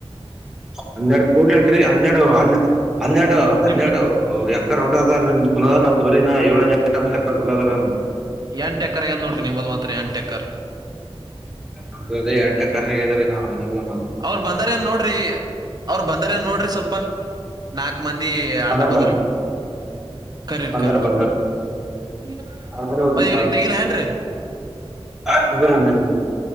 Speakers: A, in the centre; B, on the right.
A: ಹನ್ನೆರಡು ಕೂಡ್ಲಕ್ಕ ರೀ ಹನ್ನೆರಡು ಹ ಹನ್ನೆರಡು ಹನ್ನೆರಡು.
B: ನಿಮ್ದು
A: ಓ ಎಕರ್ ಹೊಲದಮ್ದ ಕುನ ಅದ ನಮ್ದು ಬರಿ ಎಳೆನ್ ಏಂಟ ಎಕ್ಕರ್ ಹೊಲದ ಅದ ರಿ ನಮ್ದ್.
B: ಎಂಟೆಕ್ಕರ ಏನ್ ನೋಡ್ರಿ ನಿಮ್ಮ್ದದು ಮಾತ್ರ ಎಂಟೆಕ್ಕರ್.
A: ಅ ಅದೇ ಎರಡ್ ಟಕ್ಕರ್ನಾಗದಾರೆ ನಾವನೊ.
B: ಅವ್ರು ಬಂದಾರೆನ್ ನೋಡ್ರಿ ಅವ್ರು ಬಂದಾರೆನ್ ನೋಡ್ರಿ ಸ್ವಲ್ಪ. ನಾಕ್ ಮಂದಿ ಆಟೊದ್ರಿ.
A: ಬಂದರ್ ಬಂದ್
B: ಕರಿಲ್
A: ಬಂದರ್
B: ಕರಿಲ್
A: ಬಂದರ್
B: <unintelligible>
A: ಅವ್ರ ಹೋಗಿ
B: ತಗಿಲ ಏನ್ ರೀ.
A: <unintelligible>